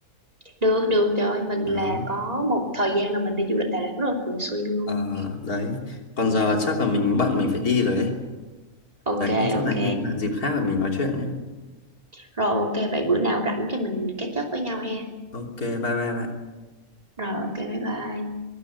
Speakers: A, on the right; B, on the left.
A: được được trời ơi, mình
B: đó
A: là có một thời gian là mình đi du lịch Đà Lạt rất là thường xuyên luôn
B: ờ, đấy còn
A: ừ.
B: giờ chắc là mình bận mình phải đi rồi ấy
A: ok
B: đấy thì chắc
A: ok
B: là hẹn bạn dịp khác để mình nói chuyện nhé
A: rồi ok vậy bữa nào rảnh thì mình catch up với nhau ha
B: ok bye bye bạn
A: rồi ok bye bye